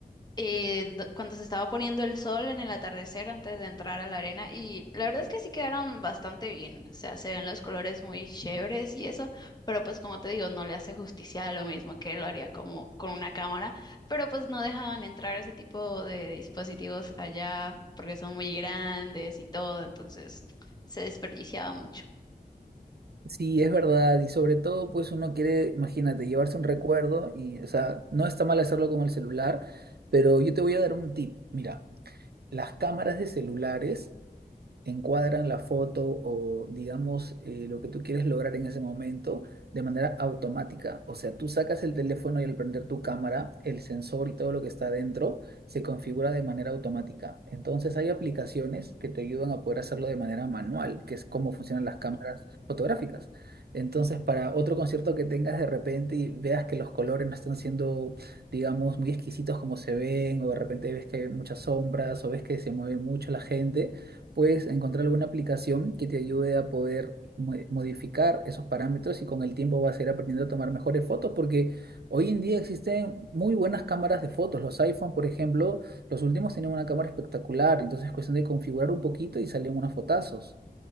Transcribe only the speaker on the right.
Sí, es verdad, y sobre todo, pues uno quiere, imagínate, llevarse un recuerdo y, o sea, no está mal hacerlo con el celular, pero yo te voy a dar un tip. Mira, las cámaras de celulares encuadran la foto o digamos eh, lo que tú quieres lograr en ese momento de manera automática. O sea, tú sacas el teléfono y al prender tu cámara, el sensor y todo lo que está dentro se configura de manera automática. Entonces hay aplicaciones que te ayudan a poder hacerlo de manera manual, que es cómo funcionan las cámaras fotográficas. Entonces, para otro concierto que tengas de repente y veas que los colores no están siendo, digamos, muy exquisitos como se ven, o de repente ves que hay muchas sombras, o ves que se mueve mucho la gente, puedes encontrar alguna aplicación que te ayude a poder mo- modificar esos parámetros y con el tiempo vas a ir aprendiendo a tomar mejores fotos porque hoy en día existen muy buenas cámaras de fotos. Los iPhone, por ejemplo, los últimos tienen una cámara espectacular, entonces es cuestión de configurar un poquito y salen unos fotazos.